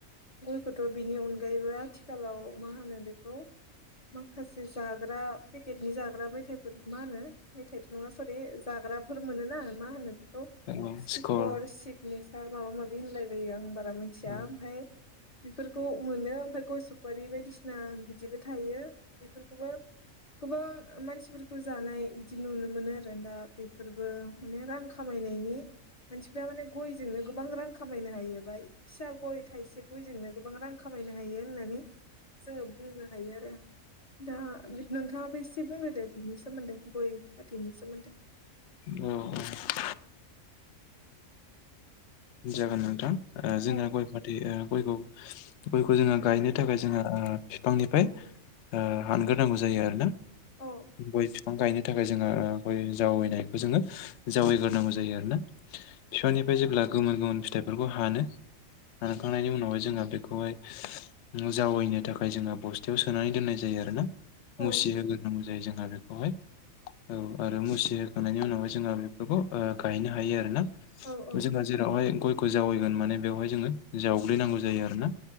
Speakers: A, on the left; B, on the left.
A: गयखौथ' बिनि अनगायैबो आथिखालाव मा होनो बिखौ माखासे, जाग्रा पेकेटनि जाग्रा मेथाइफोर मा होनो? मेथाइथ' नङा सरि जाग्राफोर मोनोना मा होनो बेखौ
B: औ
A: सिप्स
B: स्कर
A: सिगनेसार माबा माबि होनलाय लायो आं बारा मिथिया
B: औ
A: ओमफ्राय बेफोरखौ मोनो ओमफ्राय गय सफारि बायदिसिना बिदिबो थायो बिफोरखौबो गोबां मानसिफोरखौ जानाय बिदि नुनो मोनो आरो दा बेफोरबो माने रां खामायनायनि मानसिफ्रा माने गयजोंनो गोबां रां खामायनो हाबाय। फिसा गय थाइसे गयजोंनो गोबां रां खामायनो हायो होननानै जोङो बुंनो हायो आरो। दा नोंथाङाबो एसे बुंदो दे बिनि सोमोन्दै गय फाथैनि सोमोन्दै
B: अ औ जागोन नोंथां जोंना
A: औ
B: गय फाथै ओ गयखौ गयखौ जोङो गायनो थाखाय जोङो बिफांनिफ्राय हानग्रो नांगौ जायो आरो ना।
A: औ
B: गय बिफां गायनो थाखाय जोंहा गय जावैनायखौ जोङो जावायग्रोनांगौ जायो आरो ना बिफांनिफ्राय जेब्ला गोमोन गोमोन फिथाइफोरखौ हानो हानखांनायनि उनावहाय जोंहा बेखौहाय जावैनो थाखाय जोङो बस्थायाव सोनानै दोननाय जायो आरो ना
A: औ
B: मुसिहोग्रोनांगौ। जेरै जोङो बेखौहाय औ आरो मुसि होखांनायनि उनावहाय जोङो बेफोरखौ गायनो हायो आरो ना।
A: औ औ
B: जोंहा जेरावहाय गयखौ जावैगोन माने बेवहाय जोङो जावग्लिनांगौ जायो आरोना।